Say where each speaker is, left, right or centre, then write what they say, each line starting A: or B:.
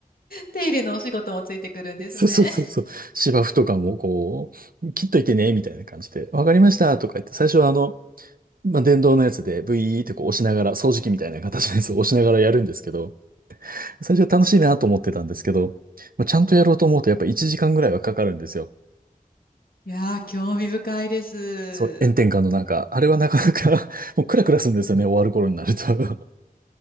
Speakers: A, on the left; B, on the right.
A: 手入れのお仕事もついてくるんですね。
B: そうそうそうそう。
A: <laughs>
B: 芝生とかも、こう、切っといてね、みたいな感じで、わかりました、とか言って、最初はあの、まあ、電動のやつで、ブイーってこう押しながら、掃除機みたいな形のやつを押しながらやるんですけど、最初は楽しいなと思ってたんですけど、まあ、ちゃんとやろうと思うと、やっぱ1時間ぐらいはかかるんですよ。
A: いやー、興味深いです。
B: そう、炎天下の中、あれはなかなか <laughs> もうクラクラするんですよね、終わる頃になると。<laughs>